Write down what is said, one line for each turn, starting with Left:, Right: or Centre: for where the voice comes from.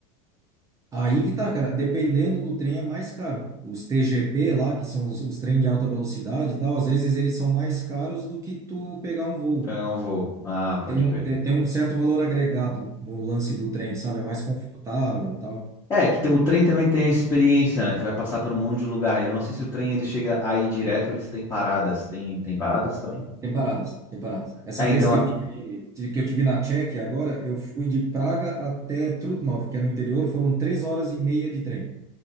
Right: aí que tá, cara. Dependendo do trem é mais caro. Os TGP lá, que são os, os trens de alta velocidade e tal, às vezes eles são mais caros do que tu pegar um voo.
Left: Pegar um voo. Ah, pode
Right: Tem,
Left: crer.
Right: um- tem tem um certo valor agregado no lance do trem, sabe? É mais confortável e tal.
Left: É, que tem- o trem também tem a experiência, né? Tu vai passar por um monte de lugar. Eu não sei se o trem ele chega aí direto ou eles têm paradas. Tem, tem paradas também?
Right: Tem paradas, tem paradas. Essa
Left: É,
Right: vez
Left: então.
Right: que
Left: a-
Right: eu tive, que eu tive na Tchequia agora, eu fui de Praga até Trutnov, que é no interior, foram três horas e meia de trem.